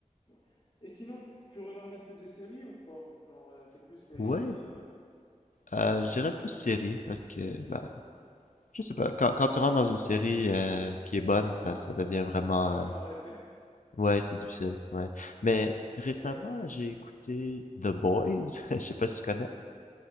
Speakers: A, on the left; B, on the left.
A: Ouais. Et sinon, tu regardes un peu de séries ou pas? Genre, euh, t'es plus séries,
B: Ouais.
A: films,
B: Euh, je dirais plus série, parce que, ben, je sais pas. Quand, quand tu
A: d'accord?
B: rentres dans une série euh, qui est bonne, ça,
A: Ah,
B: ça devient vraiment...
A: <laughs> je peux
B: euh,
A: pas arrêter.
B: Ouais, c'est difficile. Ouais. Mais
A: Ouais.
B: récemment,
A: Eh,
B: j'ai écouté The Boys. <laughs> Je sais pas si tu connais.